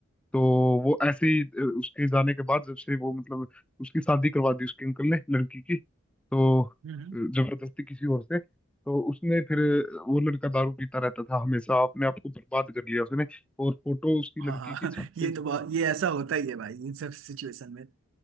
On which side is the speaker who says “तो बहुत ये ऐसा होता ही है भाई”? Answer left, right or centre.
Right